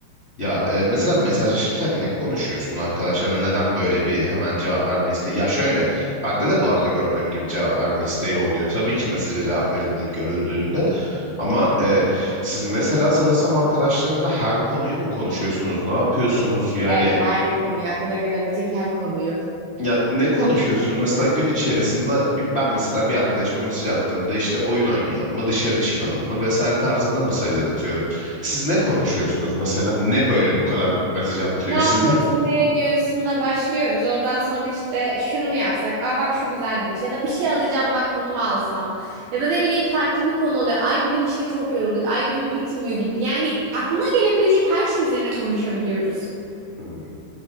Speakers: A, on the left; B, on the right.
A: Ya e, mesela mesajlaşırken ne konuşuyorsun arkadaşlarla? Neden böyle bir hemen cevap verme isteği? Ya şöyle, bende de bu arada gördüğüm gibi cevap verme isteği oluyor. Tabii ki mesaja cevap verilmeli görüldüğünde. Ama e, siz mesela sanırsam arkadaşlarınla her konuyu mu konuşuyorsunuz? Ne yapıyorsunuz? Yani
B: Evet her konuyu aklına gelebilecek her konuyu.
A: Ya ne konuşuyorsunuz? Mesela gün içerisinde bir- ben mesela bir arkadaşıma mesaj attığımda işte oyun oynayalım mı, dışarı çıkalım mı vesaire tarzında mesajlar atıyorum. Siz ne konuşuyorsunuz mesela? Ne böyle bu kadar mesaj attırıyor
B: Ne yapıyorsun,
A: size?
B: ne ediyorsun da başlıyoruz. Oradan sonra işte şunu mu yapsak? Aa bak şu güzelmiş. Ya da bir şey alacağım bak bunu mu alsam? Ya da ne bileyim farklı bir konu oluyor. Ay bugün işte çok yorulduk. Ay gün bitmiyor gibi. Yani aklına gelebilecek her şey üzerine konuşabiliyoruz.
A: Hmm.